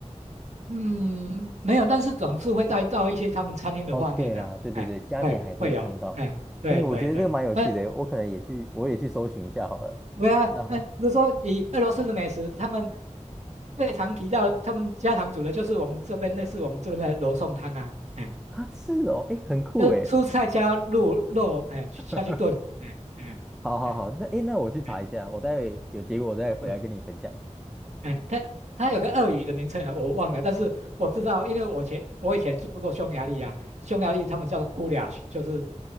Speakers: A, on the right; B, in the centre.
A: 嗯，没有，但是总是会带到一些他们餐厅的画面呐、
B: 哦，对啦，对对对，
A: 哎，
B: 加减还是会看到。
A: 会会有，哎，对对对，
B: 哎，我觉得这个蛮有趣的，
A: 哎，对
B: 我可能也去，我也去搜寻一下好了。
A: 啊，
B: 那
A: 哎，如果说以俄罗斯的美食，他们最常提到他们家常煮的就是我们这边类似我们这边的罗宋汤啊，哎，
B: 啊，是哦，哎，很酷哎。
A: 就是蔬菜加入肉，哎，
B: <laughs>
A: 下去炖，嗯嗯嗯
B: 好好好，那哎诶，那我去查一下，
A: 嗯，
B: 我待会有结果我再回来跟你分享。
A: 对，哎，它它有个鳄鱼的名称啊，我忘了，但是我知道，因为我前我以前住过匈牙利啊，匈牙利他们叫做 goulash，就是